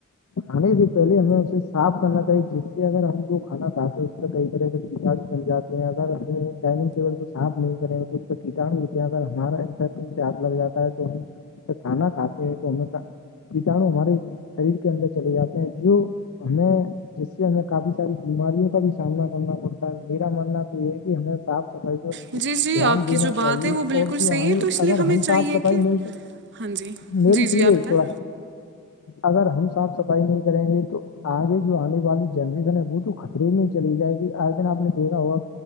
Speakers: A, on the left; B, on the right.
A: کھانے سے پہلے ہمیں اسے صاف کرنا چاہیے جس سے اگر ہم جو کھا کھاتے ہیں کئی طرح کے کیٹاو سم جاتے ہیں اگر ہم ڈائنگ ٹیبل کو صاف نہیں کریں گے تو اس کیٹاو ہوتے ہیں اگر ہمارا انف سے ہاتھ لگ جاتا ہے تو ہم کھانا کھاتے ہیں تو ہمیں کٹاڑو ہمارے شریر کے اندر چلے جاتے ہیں جو ہمیں جس سے ہمیں کافی ساری بیماریوں کا بھی سامنا کرنا پڑتا ہے میرا ماننا تو یہ ہے کہ ہمیں صاف صفائی پر
B: جی
A: دھیان
B: جی آپ
A: دینا
B: کی جو بات
A: چاہیے
B: ہے وہ بالکل
A: اور جو
B: صحیح
A: آئ
B: ہے
A: گے
B: تو اس
A: اگر
B: لیے ہمیں
A: ہم
B: چاہیے
A: صاف صفائی
B: کہ
A: نہیں کر
B: ہاں جی
A: میری
B: جی جی
A: سنیے
B: آپ بتائیں
A: تھوڑا اگر ہم صاف صفائی نہیں کریں گے تو آگے جو آنے والی جلریزن ہے وہ تو خطرے میں ہی چلی جائے گی آج دن آپ نے دیکا ہوا